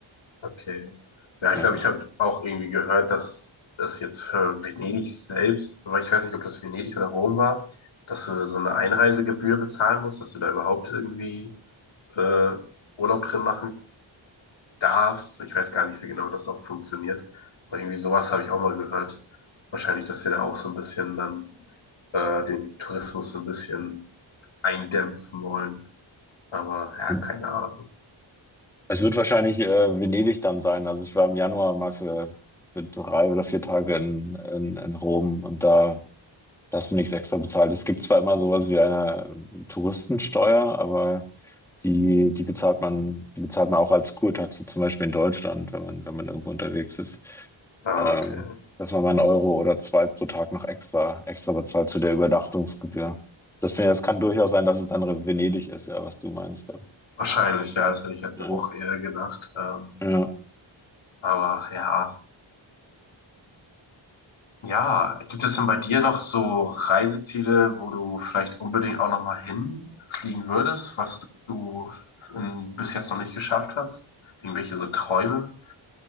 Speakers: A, on the left; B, in the centre.
A: okay. Ja,
B: Ja.
A: ich glaube, ich habe auch irgendwie gehört, dass das jetzt für Venedig selbst, aber ich weiß nicht, ob das Venedig oder Rom war, dass du so eine Einreisegebühr bezahlen musst, dass du da überhaupt irgendwie äh, Urlaub drin machen darfst. Ich weiß gar nicht, wie genau das auch funktioniert. Aber irgendwie sowas habe ich auch mal gehört. Wahrscheinlich, dass sie da auch so ein bisschen dann äh, den Tourismus so ein bisschen eindämpfen wollen. Aber ja,
B: Also
A: keine Ahnung.
B: Es wird wahrscheinlich äh, Venedig dann sein. Also ich war im Januar mal für, für drei oder vier Tage in, in, in Rom und da, da hast du nichts extra bezahlt. Es gibt zwar immer sowas wie eine ähm, Touristensteuer, aber die, die bezahlt man, die bezahlt man auch als Kurtaxe, zum Beispiel in Deutschland, wenn man, wenn man irgendwo unterwegs ist.
A: Ah,
B: Ähm,
A: okay.
B: dass man mal einen Euro oder zwei pro Tag noch extra, extra bezahlt zu der Übernachtungsgebühr. Das, finde ich, das kann durchaus sein, dass es dann Venedig ist, ja, was du meinst. Ja.
A: Wahrscheinlich, ja, das hätte ich jetzt
B: Ja.
A: auch eher gedacht. Ähm,
B: Ja.
A: aber ja. Ja, gibt es denn bei dir noch so Reiseziele, wo du vielleicht unbedingt auch nochmal hinfliegen würdest, was du ähm, bis jetzt noch nicht geschafft hast? Irgendwelche so Träume?